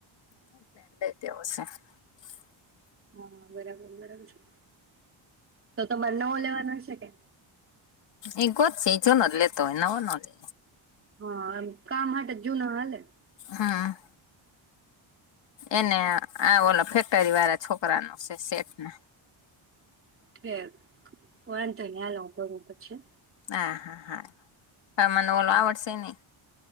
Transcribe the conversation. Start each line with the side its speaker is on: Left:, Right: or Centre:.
Left: <inaudible>
Right: હા બરાબર બરાબર છે તો તો મારે નવો લેવાનો સે કે.
Left: એ ગોતશે જ એનો લેતોય નવો ન લે.
Right: હ એમ કામ માટે જુનું હાલે,
Left: હા. એને આ ઓ ફેક્ટરીવાળા છોકરા ન છે, શેઠ ના.
Right: <unintelligible> વાંધોને, હાલ હું કરું પછી.
Left: હા, હા, હા. હા, મને ઓલો આવડશે ની.